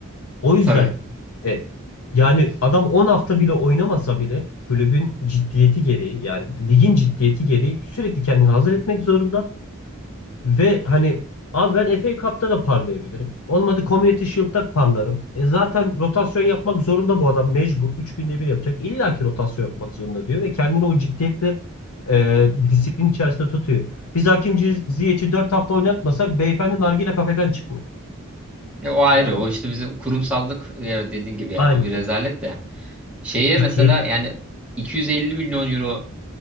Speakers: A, on the left; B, in the centre.
A: O yüzden
B: Tabii.
A: e, yani adam 10 hafta bile oynamasa bile kulübün ciddiyeti gereği yani ligin ciddiyeti gereği sürekli kendini hazır etmek zorunda Ve hani abi ben FA Cup'ta da parlayabilirim. Olmadı Community Shield'da parlarım. E zaten rotasyon yapmak zorunda bu adam mecbur. üç günde bir yapacak. İlla ki rotasyon yapmak zorunda diyor ve kendini o ciddiyetle e, disiplin içerisinde tutuyor. Biz Hakim Ziyech'i 4 hafta oynatmasak beyefendi nargile kafeden çıkmıyor.
B: E, o ayrı.
A: Yani
B: O işte bizim kurumsallık e, dediğin gibi yani
A: aynen
B: o bir rezalet
A: öyle.
B: de. Şeye
A: Ciddiyet
B: mesela
A: yok.
B: yani 250 milyon euro